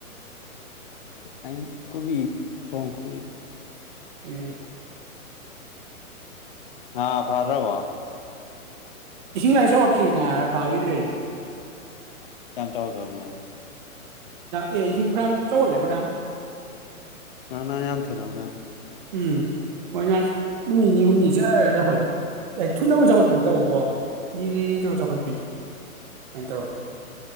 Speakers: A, on the left; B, on the right.
A: ꯑꯩ ꯈꯕꯤ ꯊꯣꯡ ꯈ
B: ꯑꯦ
A: ꯍꯥꯥ ꯐꯥꯔꯕ
B: ꯍꯁ ꯑꯣꯠꯈꯤ ꯉ ꯐꯥꯕꯤꯗ꯭ꯔꯦ
A: ꯀꯌꯥꯝ ꯇ꯭ꯔꯕꯦꯜ ꯀꯅ ꯍꯥꯏ
B: ꯑꯦ ꯏꯁꯤꯡ ꯐꯅꯌꯥꯝ ꯆ ꯂꯩꯦ ꯐꯅ ꯌꯥꯝ
A: ꯑꯅ ꯌꯥ ꯊꯔ꯭ꯔꯦ
B: ꯎꯝ ꯃꯣꯏꯅ ꯅꯨꯃꯤꯠ ꯅꯤ ꯍꯨꯝꯅꯤ ꯆꯠꯂ ꯆꯥꯎꯈꯠꯂꯦ ꯊꯨꯅꯕꯕꯨ ꯆꯥꯎꯈꯠꯄ ꯅꯠꯇꯧꯕꯀꯣ ꯇ ꯆꯥꯎꯈꯠꯄꯤꯌꯨ ꯁꯃꯥꯏꯅ ꯇꯧꯔꯝꯃꯤ